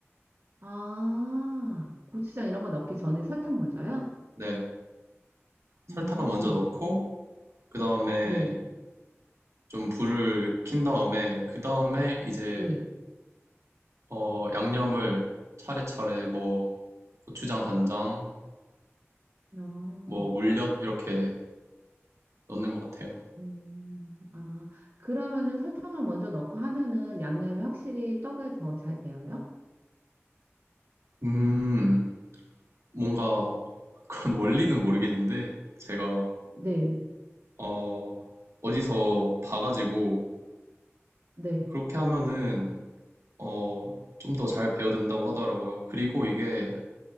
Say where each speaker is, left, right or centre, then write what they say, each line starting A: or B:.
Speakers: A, on the right; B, on the right.
A: 아, 고추장 이런 거 넣기 전에 설탕 먼저요?
B: 네, 설탕을
A: 음.
B: 먼저 넣고 그 다음에
A: 네.
B: 좀 불을 킨 다음에 그 다음에 이제
A: 네.
B: 어, 양념을 차례차례 뭐 고추장, 간장,
A: 아,
B: 뭐 물엿 이렇게 넣는 것 같아요.
A: 음, 아, 그러면은 설탕을 먼저 넣고 하면은 양념이 확실히 떡에 더 잘 배어요?
B: 음, 뭔가 그런 원리는 모르겠는데 제가
A: 네,
B: 어, 어디서 봐가지고
A: 네,
B: 그렇게 하면은 어, 좀 더 잘 배어든다고 하더라고요. 그리고 이게